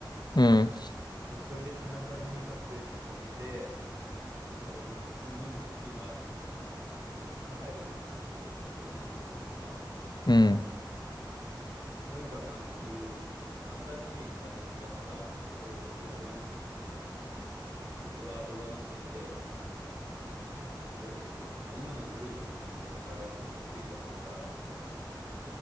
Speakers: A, on the left (about 60°); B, on the right (about 50°).
A: うん。
B: で、それで背中になんかストレッチかけて、その背中でなんにも呼吸が何入るのを意識、何ちょっと意識するとか、
A: うん。
B: とにかくなんかそういう新しい体の使い方をもっと上、何上、上乗せして覚えていくみたいな。今の古い習慣っていうのは体が身についちゃってるから、